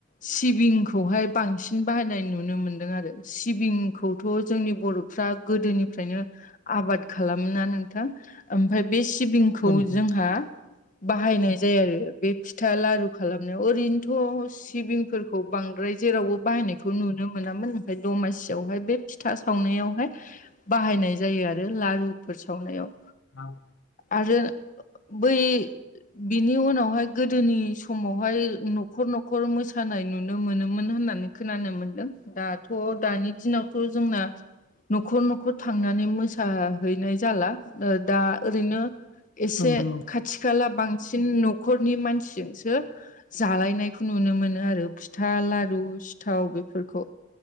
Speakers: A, on the left; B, on the left.
A: सिबिं खौहाय बांसिन बाहायनाय नुनो मोन्दों आरो सिबिंखौथ' जोंनि बर' फ्रा गोदोनिफ्रायनो आबाद खालामा नोंथां ओमफ्राय बे सिबिं जोंहा
B: औ नोंथां औ नंगौ नोंथां औ नोंथां औ
A: बाहायनाय जायो आरो बे फिथा लारु खालामनायाव ओरैनोथ' सिबिंफोरखौ बां ओमफ्राय जेरावबो बाहायनायखौ नुनो मोनामोन ओमफ्राय दमासियावहाय बे फिथा सावनायावहाय बाहायनाय जायो आरो लारुफोर सावनायाव
B: औ
A: आरो बै बिनि उनावहाय गोदोनि समावहाय न'खर न'खर मोसानाय नुनो मोनोमोन। मोन होननानै खोनानो मोनदों दाथ' दानि दिनावथ' जोंना न'खर न'खर थांनानै मोसाहैनाय जाला दा ओरैनो एसे
B: नोंथां
A: खाथि खाला बांसिन न'खरनि मानसिजोंसो जालायनायखौ नुनो मोनो आरो फिथा ला रु सिथाव बेफोरखौ